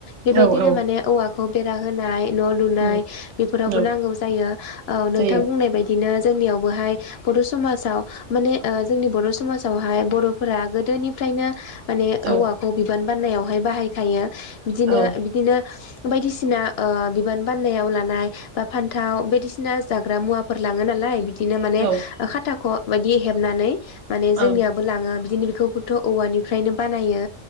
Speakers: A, on the left (about 65°); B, on the right (about 70°).
A: बेबायदिनो
B: औ औ
A: माने औवा खौ बेरा होनाय न' लुनाय
B: उम
A: बेफोरावबो
B: औ
A: नांगौ जायो औ नों
B: जायो
A: बुंनाय बायदिनो जोंनियावबोहाय बर' समाजाव माने ओ जोंनि बर' समाजावहाय बर'फोरा गोदोनिफ्रायनो माने
B: औ
A: औवाखौ बिबान बाननायावहाय बाहायखायो। बिदिनो
B: औ
A: बिदिनो बायदिसिना ओ बिबान बान्नायाव लानाय बा फान्थाव बायदिसिना जाग्रा मुवाफोर लाङो नालाय बिदिनो माने
B: औ
A: खाथाख' बायदि हेबनानै माने
B: ओं
A: जोंनियाबो लाङो बिदिनो बेखौबोथ' औवानिफ्रायनो बानायो।